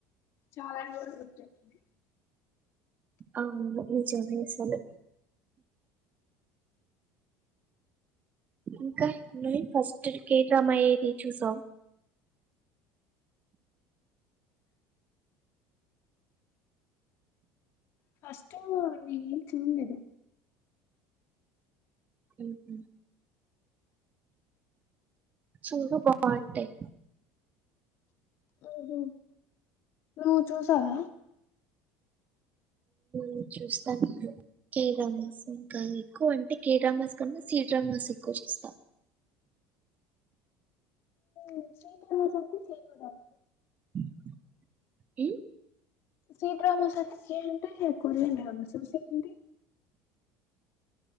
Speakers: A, on the left; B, on the right.
A: చాలా రోజులు ఉంటుంది
B: అవును నిజమే అసలు ఇంకా ఫస్ట్ కేడ్రామా ఏది చూసావ్
A: ఫస్ట్ నేనే ఏం చూడలేదు
B: మ్ చూడు బాగుంటాయి
A: మ్ హు నువ్వు చూసావా
B: మ్ చూస్తా నిను కేడ్రామస్ ఇంకా ఎక్కువ అంటే కేడ్రామస్ కన్నా సిడ్రామాస్ ఎక్కువ చూస్తా
A: మ్ సి డ్రామస్ అంటే సి ఉడ్ అ
B: మ్
A: సీ డ్రామాస్ అంటే సి అంటే కొరియన్ డ్రామస సి ఏంటి